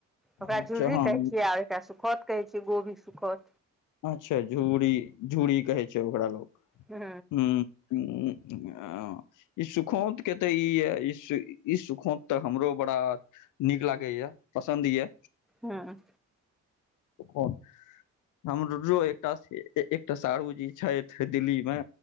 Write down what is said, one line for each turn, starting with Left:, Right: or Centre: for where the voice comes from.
Centre: ओकरा
Left: अच्छा
Centre: झूररी
Left: हँ
Centre: कहे छियै एकरा सुखोत कहै छै गोभी सुखोत
Left: अच्छा झूरी झूरी कहै छै ओकरा लोग
Centre: हूँ
Left: हूं ह आ ई सुखोंत के तऽ ई यै ई ई सुखोंत तऽ हमरो बड़ा नीक लागैए पसन्द यए
Centre: हँ
Left: त कोन हमरो एकटा एकटा शारुजी छथि दिल्ली मे